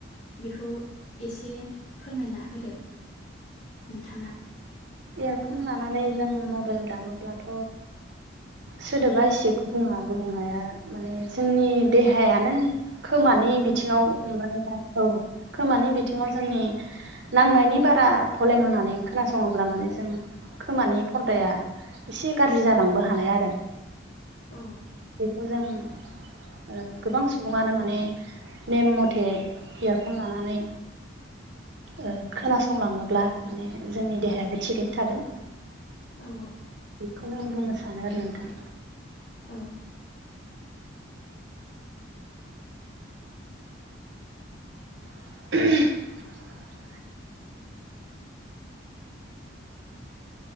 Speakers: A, on the left; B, on the right.
A: बेखौ एसे फोरमायना होदो। नोंथाङा।
B: इयारफन लानानै जों मबाइल दामोब्लाथ' सोदोबा एसे गुबुङा गुबुंनाया माने जोंनि देहायानो खोमानो नि बिथिङाव नुनानै औ खोमानि बिथिङाव जोंनि नांनायनि बारा भलेम होनानै। खोनासङोब्ला माने जों खोमानि फरदाया एसे गाज्रि जालांबो हानाय आरो।
A: औ
B: बेखौ जों ओ गोबां सुबुङानो माने नेम मथे इयारफन लानानै ओ खोनासंलाङोब्ला माने जोंनि देहायाबो थिगैनो थागोन
A: औ
B: बेखौनो आं बुंनो सानो आरो नोंथां
A: औ
B: <inaudible>